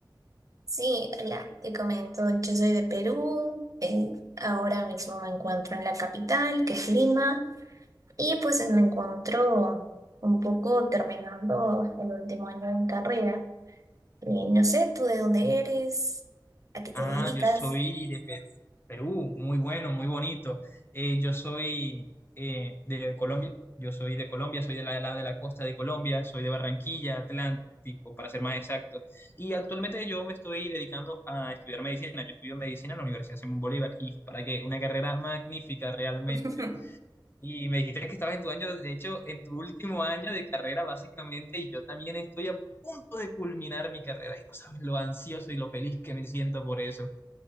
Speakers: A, on the right (about 45°); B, on the left (about 30°).
A: Sí, hola, te comento, yo soy de Perú, eh, ahora mismo me encuentro en la capital, que es Lima, y pues me encuentro un poco terminando el último año de carrera. Y no sé, ¿tú de dónde eres? ¿A qué
B: Ah,
A: te dedicas?
B: yo soy de Pe- Perú, muy bueno, muy bonito. Eh, yo soy eh, de Colombia, yo soy de Colombia, soy de la, la- de la costa de Colombia, soy de Barranquilla, Atlántico, para ser más exacto. Y actualmente yo me estoy dedicando a estudiar medicina. Yo estudio medicina en la Universidad Simón Bolívar y para que una carrera magnífica realmente.
A: <laughs>
B: Y me dijiste que estabas en tu año, de hecho, en tu último año de carrera, básicamente, y yo también estoy a punto de culminar mi carrera y no sabes lo ansioso y lo feliz que me siento por eso.